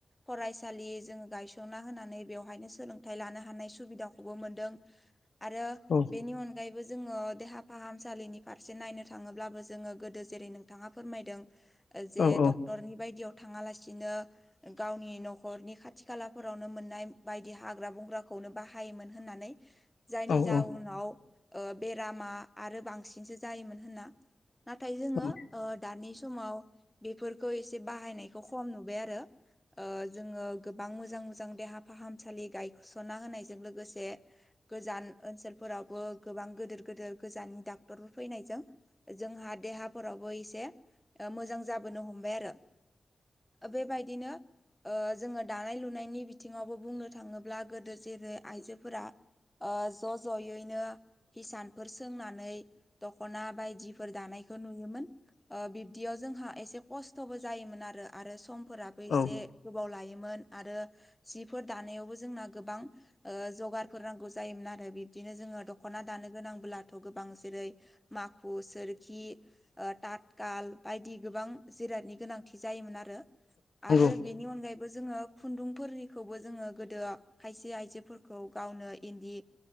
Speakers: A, in the centre; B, on the left (about 75°).
A: फरायसालि जोङो गाय ना होनानै बेवहायनो सोलोंथाइ लानो हानाय सुबिदाखौबो मोनदों। आरो
B: औ
A: बेनि अनगायैबो जोङो देहा फाहामसालिनि फारसे नायनो थाङोब्लाबो जोङो गोदो जेरै नोंथाङा फोरमायदों जे
B: औ औ
A: डक्टरनि बायदियाव थाङालासिनो गावनि न'खरनि खाथि खालाफोरावनो मोननाय बायदि हाग्रा बंग्राखौनो बाहायोमोन होननानै
B: औ
A: जायनि
B: औ
A: जाउनाव बेरामा आरो बांसिनसो जायोमोन होनना नाथाय जोङो
B: औ
A: दानि समाव बेफोरखौ एसे बाहायनायखौ खम नुबाय आरो। ओ जोङो गोबां मोजां मोजां देहा फाहामसालि गायस'ना होनायजों लोगोसे गोजान ओनसोलफोरावबो गोबां गोदोर गोदोर गोजान डाक्टरफोर फैनायजों जोंहा देहाफोरावबो एसे ओ मोजां जाबोनो हमबाय आरो। बेबायदिनो ओ जोङो दानाय लुनायनि बिथिङावबो बुंनो थाङोब्ला गोदो जेरै आइजोफोरा ओ ज' ज'यैनो हिसानफोर सोंनानै दख'ना बायदिफोर दानायखौ नुयोमोन। ओ बिब्दियाव जोंहा एसे खस्थ'बो जायोमोन आरो आरो समफोराबो
B: नंगौ
A: एसे
B: औ
A: गोबाव लायोमोन आरो जिफोर दानायावबो जोंना गोबां जगारफोर नांगौ जायोमोन आरो बिब्दिनो जोङो दख'ना दानो गोनांबोब्लाथ' गोबां जेरै माखु सोरखि ओ ततखाल बायदि गोबां जिरादनि गोनांथि जायोमोन आरो आरो
B: औ
A: बेनि अनगायैबो जोङो खुन्दुंफोरनिखौबो जोङो गोदो खायसे आइजोफोरखौ गावनो इन्दि